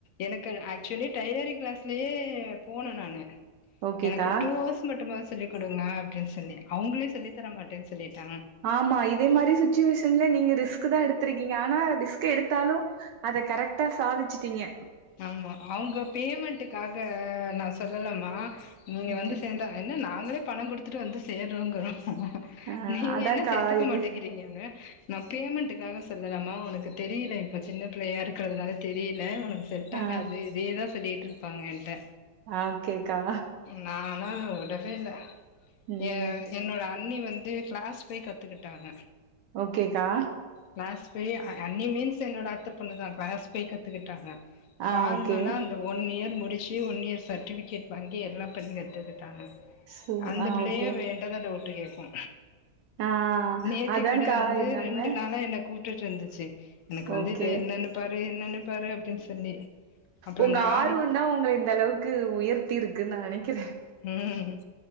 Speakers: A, on the left; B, on the right.
A: எனக்கு ஆக்சுவலி டைலரிங் கிளாஸு போன நானு
B: ஓகேக்கா
A: எனக்கு டூ ஹவர்ஸ் மட்டும் சொல்லிக் கொடுங்க அப்டின்னு சொல்லி அவங்களே சொல்லித்தர மாட்டேன்னு சொல்லிட்டாங்க
B: ஆமா இதை மாதிரி சிட்டுவேஷன்ல நீங்க ரிஸ்க் தான் எடுத்திருக்கீங்க ஆனா ரிஸ்க் எடுத்தாலும் அத கரெக்டா சாதிச்சுட்டீங்க்
A: ஆம்மா அவுங்க பேமண்ட்டுக்காக நா சொல்லலம்மா நீங்க
B: ஓகே
A: வந்து சேந்தா என்ன நாங்ளே பணங் குடுத்துட்டு வந்து சேர்றோங்றோ
B: ஆ
A: நீங்க
B: அதான்க்கா
A: என்ன சேத்துக்க
B: இது
A: மாட்டேங்கறீங்கங்க நா பேமண்ட்டுக்காக சொல்லலமா ஒனக்கு தெரில இப்போ சின்ன பிள்ளையா இருக்கறதுனால தெரில ஒன செட்டாகாது
B: ஆ
A: இதேதா சொல்லிட்டிருப்பாங்க என்ட்ட
B: ஆ ஓக்கேக்கா
A: நானு விடவே இல்ல
B: ம்
A: எ என்னோட அண்ணி க்ளாஸ் போய் கத்துகிட்டாங்க
B: ஓகேக்கா
A: கிளாஸ் போய் அ அண்ணீ மீன்ஸ் என்னோட அத்த பொண்ணுதா கிளாஸ் போய் கத்துகிட்டாங்க ஃபார்மலா
B: ஆ ஓகே
A: இந்த ஒன் இயர் முடிச்சு ஒன் இயர் சர்டிஃபிகேட் வாங்கி எல்லா பண்ணி கத்துகிட்டாங்க
B: சோ
A: அந்த
B: ஆ
A: பிள்ளயே
B: ஓகே
A: வேண்டாத டவுட் கேக்கு
B: ஆ
A: நேத்திகூட
B: அதான்க்கா
A: வந்து
B: நம்ம
A: ரெண்டு நாளா என கூப்டுட்டு இருந்துச்சு எனக்கு வந்து
B: ஓகே
A: இத என்னனுப்பாரு என்னனுப்பாரு அப்டின் சொல்லி அப்றோ
B: உங்க
A: அந்த
B: ஆர்வொந்தா
A: ஆதிக்கு
B: ஒங்கள இந்தளவுக்கு உயர்த்திருக்குன்னு நா நெனைக்கிற
A: ம்